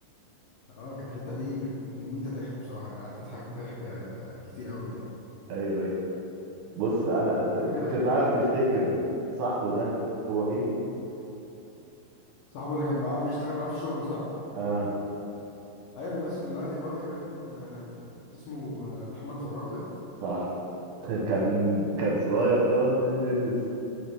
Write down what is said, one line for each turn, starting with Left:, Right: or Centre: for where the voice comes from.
Left: اه كانت الحته دي كانت مميته ضحك بصراحه يعني قعدت اضحك ضحك كتير قوي يعني
Right: ايوه ايوه بص بقى، انا
Left: والفكره
Right: ت- ت- تعرف تفتكر صاحبه ده هو مين
Left: صاحبه اللي كان معاه بيشتغل معاه في الشغل صح؟
Right: اه
Left: ايوه بيمثل دلوقتي اللي هو تقريبا آه، اسمه آه، محمد فراج ده
Right: صح <laughs> كان كان صغير خالص